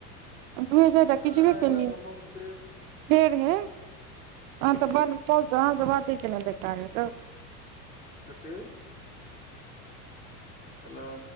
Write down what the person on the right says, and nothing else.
दूए चारि टा खिचबे केलियै फेर हे अहाँ तऽ ब पहुँचउ अहाँसँ बातेके ने बेकार हइ तब